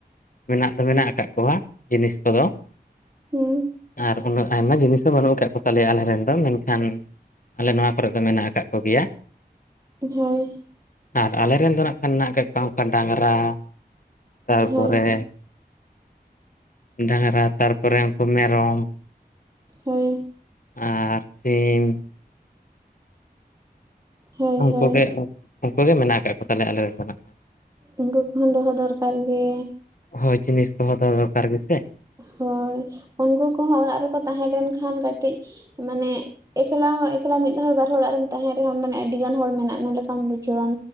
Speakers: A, on the left (about 55°); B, on the right (about 20°).
A: ᱢᱮᱱᱟᱜ ᱫᱚ ᱢᱮᱱᱟᱜ ᱟᱠᱟᱫ ᱠᱚᱣᱟ ᱡᱤᱱᱤᱥ ᱠᱚᱫᱚ
B: ᱦᱮᱸ
A: ᱟᱨ ᱩᱱᱟᱹᱜ ᱟᱭᱢᱟ ᱡᱤᱱᱤᱥ ᱫᱚ ᱵᱟᱹᱱᱩᱜ ᱟᱠᱟᱫ ᱠᱚ ᱛᱟᱞᱮᱭᱟ ᱟᱞᱮ ᱨᱮᱱ ᱫᱚ ᱢᱮᱱᱠᱷᱟᱱ ᱟᱞᱮ ᱱᱚᱣᱟ ᱠᱚᱨᱮᱫ ᱫᱚ ᱢᱮᱱᱟᱜ ᱟᱠᱟᱫ ᱠᱚ ᱜᱮᱭᱟ᱾
B: ᱦᱚᱭ᱾
A: ᱟᱨ ᱟᱞᱮᱨᱮ ᱨᱮᱱ ᱫᱚ ᱱᱟᱜ ᱠᱷᱟᱱ ᱢᱮᱱᱟᱜ ᱟᱠᱟᱜ ᱠᱚᱣᱟ ᱚᱱᱠᱟ ᱰᱟᱝᱜᱨᱟ, ᱛᱟᱨᱯᱚᱨᱮ
B: ᱦᱳᱭ
A: ᱰᱟᱝᱜᱽᱨᱟ ᱛᱟᱨᱯᱚᱨᱮ ᱩᱱᱠᱩ ᱢᱮᱨᱚᱢ᱾
B: ᱦᱳᱭ
A: ᱟᱨ ᱥᱤᱢ᱾
B: ᱦᱳᱭ
A: ᱩᱱᱠᱩᱜᱮ
B: ᱦᱳᱭ
A: ᱩᱱᱠᱩ ᱜᱮ ᱢᱮᱱᱟᱜ ᱟᱠᱟᱫ ᱠᱚ ᱛᱟᱞᱮᱭᱟ ᱟᱞᱮ ᱨᱮᱱ ᱫᱚ ᱱᱟᱜ᱾
B: ᱩᱱᱠᱩ ᱠᱚᱦᱚᱸ ᱫᱚᱦᱚ ᱫᱚᱨᱠᱟᱨ ᱜᱮ᱾
A: ᱦᱳᱭ ᱡᱤᱱᱤᱥ ᱠᱚᱦᱚᱸ ᱫᱚᱦᱚ ᱴ ᱫᱚᱨᱠᱟᱨ ᱜᱮ ᱥᱮ᱾
B: ᱦᱳᱭ ᱩᱱᱠᱩ ᱠᱚᱦᱚᱸ ᱚᱲᱟᱜ ᱨᱮᱠᱚ ᱛᱟᱦᱮᱸ ᱞᱮᱱᱠᱷᱟᱱ ᱠᱟᱹᱴᱤᱡ ᱢᱟᱱᱮ ᱮᱠᱞᱟ ᱦᱚᱸ ᱮᱠᱞᱟ ᱢᱤᱫ ᱦᱚᱲ ᱵᱟᱨ ᱦᱚᱲ ᱟᱲᱟᱜ ᱨᱮᱢ ᱛᱟᱦᱮᱱ ᱨᱮᱦᱚᱸᱢ ᱢᱟᱱᱮ ᱟᱹᱰᱤ ᱜᱟᱱ ᱦᱚᱲ ᱢᱮᱱᱟᱜ ᱢᱮ ᱞᱮᱠᱟᱢ ᱵᱩᱡᱷᱟᱹᱣᱟᱢ᱾